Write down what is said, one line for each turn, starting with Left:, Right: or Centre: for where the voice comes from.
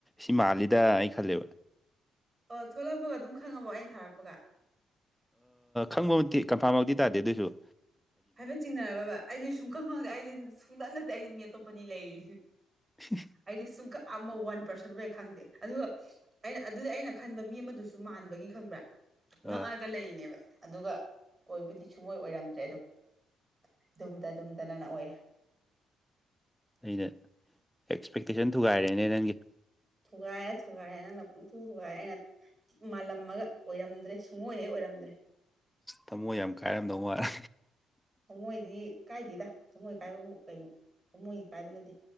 Centre: ꯁꯤ ꯃꯥꯜꯂꯤꯗ ꯑꯩ ꯈꯜꯂꯦꯕ
Right: ꯑꯣ ꯊ ꯊꯣꯛꯂꯛꯄꯒ ꯑꯗꯨꯝ ꯈꯪꯉꯕꯣ ꯑꯩꯅ ꯊꯥꯔꯛꯄꯒ
Centre: ꯈꯪꯕꯃꯛꯇꯤ ꯀꯟꯐꯥꯔꯝ ꯃꯛꯇꯤ ꯇꯥꯗꯦ ꯑꯗꯨꯑꯣꯏꯁꯨ
Right: ꯍꯥꯏꯕꯠ ꯆꯤꯡꯅꯔꯕꯕꯥ ꯑꯩꯗꯤ ꯁꯨꯡꯈꯪ ꯈꯪꯗꯦ ꯑꯩꯗꯤ ꯁꯨꯡꯇꯞ ꯅꯠꯇꯦ ꯑꯩꯗꯤ ꯃꯤ ꯑꯇꯣꯞꯄꯅꯤ ꯂꯩꯔꯤꯅꯤ
Centre: <unintelligible>
Right: ꯑꯩꯗꯤ ꯁꯨꯡꯀꯛ ꯑꯃ ꯋꯥꯟ ꯄꯥꯔꯁꯟ ꯐꯥꯎ ꯈꯪꯗꯦ ꯑꯗꯨꯒ ꯑꯩꯅ ꯑꯗꯨꯗꯤ ꯑꯩꯅ ꯈꯟꯕ ꯃꯤ ꯑꯃꯗꯨꯁꯨ ꯃꯥꯟꯕꯒꯤ ꯈꯪꯕ꯭ꯔꯥ ꯉꯛꯑꯒ
Centre: ꯑꯥ
Right: ꯂꯩꯅꯦꯕ ꯑꯗꯨꯒ ꯑꯣꯏꯕꯨꯗꯤ ꯁꯨꯛ ꯑꯣꯏ ꯑꯣꯏꯔꯝꯗ꯭ꯔꯦ ꯑꯗꯨꯝ <unintelligible> ꯑꯣꯏꯔꯦ
Centre: ꯑꯩꯅ ꯑꯦꯛꯁꯄꯦꯛꯇꯦꯁꯟ ꯊꯨꯒꯥꯏꯔꯦꯅꯦ ꯅꯪꯒꯤ
Right: ꯊꯨꯒꯥꯏꯔꯦ ꯊꯨꯒꯥꯏꯔꯦ ꯅꯪꯅ ꯄꯨꯡꯊꯨ ꯊꯨꯒꯥꯏꯔꯦ ꯑꯩꯅ ꯃꯥꯜꯂꯝꯃꯒ ꯑꯣꯏꯔꯝꯗ꯭ꯔꯦ ꯁꯨꯡꯑꯣꯏ ꯍꯦꯛ ꯑꯣꯏꯔꯝꯗ꯭ꯔꯦ
Centre: ꯊꯃꯣꯏ ꯌꯥꯝ ꯀꯥꯏꯔꯝꯗꯧ ꯃꯥꯜꯂꯦ
Right: ꯊꯣꯡꯃꯣꯏꯗꯤ ꯀꯥꯏꯗꯦꯗ ꯊꯣꯡꯃꯣꯏ ꯀꯥꯏꯕꯕꯨ ꯀꯩꯅꯣ ꯊꯣꯡꯃꯣꯏ ꯀꯥꯏꯕ ꯅꯠꯇꯦ